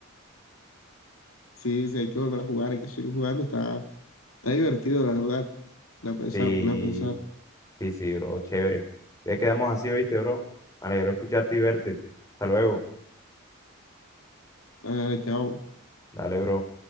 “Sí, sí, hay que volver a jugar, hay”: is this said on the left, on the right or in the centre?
Left